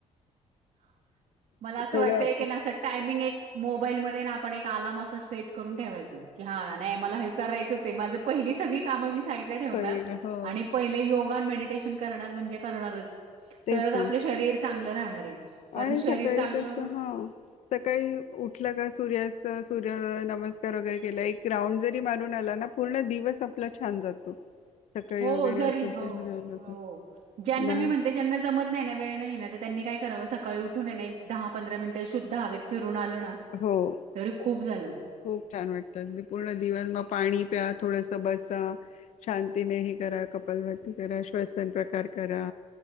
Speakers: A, on the right; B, on the left.
A: ह. मला असं
B: थोडं
A: वाटतंय की ना असं टायमिंग एक मोबाईलमध्ये ना, आपण एक आलाम असं सेट करून ठेवायचं. कि हा नाही मला हे करायचंच आहे, माझं पहिली सगळी कामं मी साईडला ठेवणार
B: सगळे का हो
A: आणि. पहिले योगा मेडिटेशन करणार म्हणजे करणारचं,
B: तेच
A: तरच
B: ना
A: आपलं शरीर चांगलं राहणार आहे. कारण
B: आणि
A: शरीर
B: सकाळी
A: चांगलं
B: कसं हा. सकाळी उठलं का सूर्यात सूर्य नमस्कार वगैरे केला, एक राऊंड जरी मारून आला ना. पूर्ण दिवस आपला छान जातो. सकाळी
A: हो
B: वगैरे
A: जरी
B: असं
A: हो
B: फिरून आलं
A: हो,
B: तर
A: ज्यांना
B: बा
A: मी म्हणते ज्यांना जमत नाही ना वेळ नाही ना तर त्यांनी काय करावं, सकाळी उठून ये ना एक दहा पंधरा मिनिटं शुद्ध हवेत फिरून आलं ना.
B: हो
A: तरी खूप झालं.
B: खूप छान वाटतं, पूर्ण दिवस मग पाणी प्या थोडंसं बसा. शांतीने हे करा, कपालभाती करा श्वसन प्रकार करा.